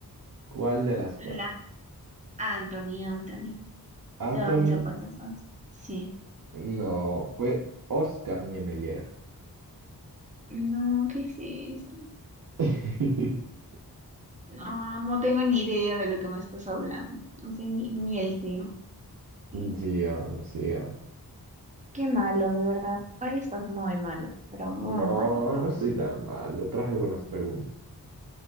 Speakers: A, on the right (about 60°); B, on the right (about 20°).
A: ¿Cuál de las cuatro?
B: La Anthony, Anthony.
A: Anthony,
B: Todas mis apuestas son. Sí.
A: no, fue Oscar Niemeyer.
B: No, ¿qué es eso?
A: <laughs>
B: No, no tengo ni idea de lo que me estás hablando. No sé ni, ni el tema. Sí.
A: Sigamos, sigamos.
B: Qué malo, de verdad. Hoy estás muy malo, pero muy
A: No,
B: malo, muy
A: no estoy
B: malo.
A: tan mal. Lo traje buenas preguntas.